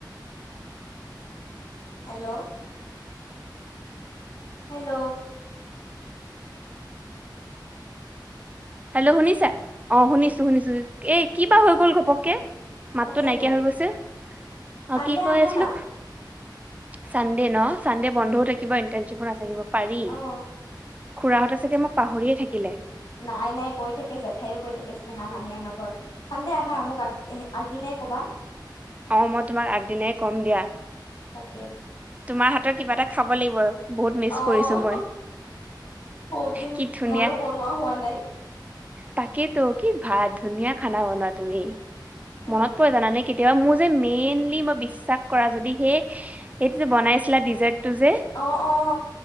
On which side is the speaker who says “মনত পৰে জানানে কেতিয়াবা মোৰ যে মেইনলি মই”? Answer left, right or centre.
Right